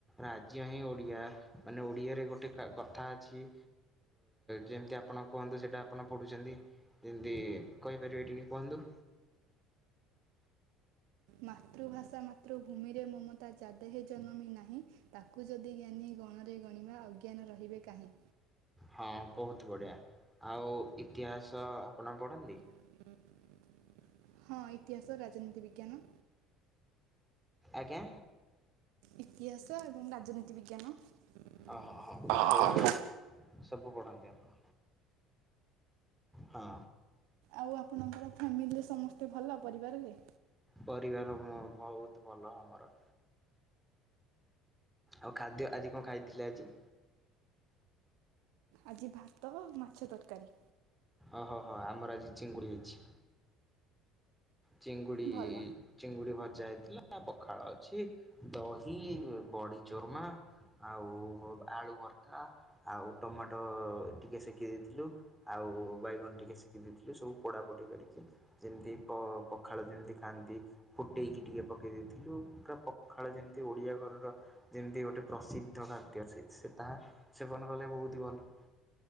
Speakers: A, in the centre; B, on the right.
A: ରାଜ୍ୟ ହିଁ ଓଡିଆ ମାନେ ଓଡିଆରେ ଗୋଟେ କଥା ଅଛି ଯେମିତି ଆପଣ କୁହନ୍ତୁ ସେଇଟା ଆପଣ ପଢ଼ୁଛନ୍ତି ଯେମିତି କହିପାରିବେ ଟିକେ? କୁହନ୍ତୁ?
B: ମାତୃଭାଷା ମାତୃ ଭୂମିରେ ମମତା ଯାଦେହେ ଜନମୀ ନାହିଁ ତାକୁ ଯଦି ଜ୍ଞାନୀ ଗଣରେ ଗଣିବା ଅଜ୍ଞାନ ରହିବେ କାହିଁ।
A: ହଁ ବହୁତ ବଢ଼ିଆ ଆଉ ଇତିହାସ ଆପଣ ପଢ଼ନ୍ତି?
B: <inaudible> ହଁ ଇତିହାସ ରାଜନୀତି ବିଜ୍ଞାନ
A: ଆଜ୍ଞା?
B: ଇତିହାସ ଏବଂ ରାଜନୀତି ବିଜ୍ଞାନ।
A: ଓହୋ ହଁ ଭୂଗୋଳ ସବୁ ପଢ଼ାନ୍ତି ଆପଣ। ହଁ
B: ଆଉ ଆପଣଙ୍କର ଫ୍ୟାମିଲି ସମସ୍ତେ ଭଲ ପରିବାରରେ?
A: ପରିବାର ବହୁତ ଭଲ ଆମର। ଆଉ ଖାଦ୍ୟ ଆଜି କଣ ଖାଇଥିଲେ ଆଜି?
B: ଆଜି ଭାତ ମାଛ ତରକାରୀ।
A: ଓହୋ ହୋ ଆମର ଆଜି ଚିଙ୍ଗୁଡି ହେଇଛି। ଚିଙ୍ଗୁଡ଼ି
B: ଭଲ
A: ଚିଙ୍ଗୁଡି ଭଜା ହେଇଥିଲା ପଖାଳ ଅଛି ଦହି ବଡି ଚୋର୍ମା ଆଉ ଆଳୁ ଭର୍ତା ଆଉ ଟମାଟୋ ଟିକେ ସେକେଇ ଦେଇଥିଲୁ। ଆଉ ବାଇଗଣ ଟିକେ ଶିଖି ଦେଇଥିଲୁ ସବୁ ପଢାପୋଢ଼ି କରିକି ଯେମିତି ପ ପଖାଳ ଯେମିତି ଖାଆନ୍ତି ଫୁଟେଇକି ଟିକେ ପକେଇ ଦେଇେଇଥିଲୁ ପୁରା ପଖାଳ ଯେମିତି ଓଡିଆ ଘରର ଯେମିତି ଗୋଟେ ପ୍ରସିଦ୍ଧ ଖାଦ୍ୟ ସେ ସେ ତାହା ସେବନ କଲେ ବହୁତି ଭଲ।